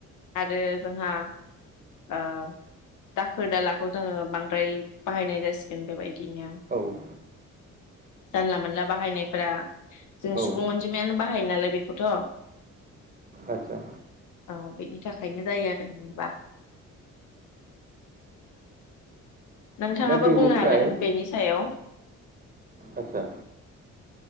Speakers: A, on the left (about 80°); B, on the right (about 30°).
A: आरो जोंहा ओ दाखोर दाला खौ जोङो बांद्राय बाहायनाय जासिगोन बेबायदिनो
B: औ
A: जानला मोनला बाहायनायफोरा जों
B: औ
A: सुबुं अनजिमायानो बाहायो नालाय बेखौथ
B: आदसा
A: औ बेनि थाखायनो जायो आरो होनब्ला नोंथाङाबो
B: दा बेनिफ्राय
A: बुंनो हागोन बेनि सायाव
B: आदसा